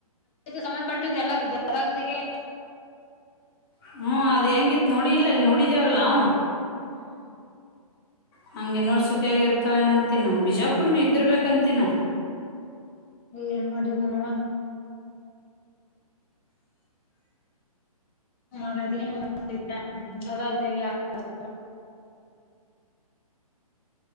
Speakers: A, on the left; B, on the left.
A: ಸಂಬಂಧಪಟ್ಟು ಎಲ್ಲರಗೆ <unintelligible>
B: ಹ್ಮ್ ಅದ ಹೆಂಗಿತ್ ನೋಡಿ ಇಲ್ಲ ಅಲ್ಲಿ ನೋಡಿದೇವಲ್ಲ ನಾವು.
A: ಹ್ಮ್ ಹ್ಮ್.
B: ಹಂಗೆ ಯುನಿವರ್ಸಿಟಿಯಾಗ ಇರ್ತವೇನ ಅಂತೀನ ಬಿಜಾಪುರ್ನು ಇದ್ರ ಬಬೇಕ ಅಂತೀನ.
A: ಇಲ್ಲ ಏನ್ ಮಾಡಿದ ನವ. ನೋಡೋದ ಏನ. <unintelligible>